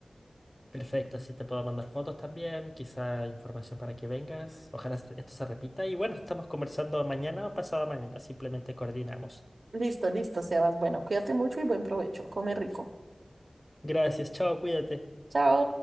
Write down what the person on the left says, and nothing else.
Perfecto, así te puedo mandar fotos también, quizá información para que vengas. Ojalá est- esto se repita. Y bueno, estamos conversando mañana o pasado mañana, simplemente coordinamos.
Gracias, chao, cuídate.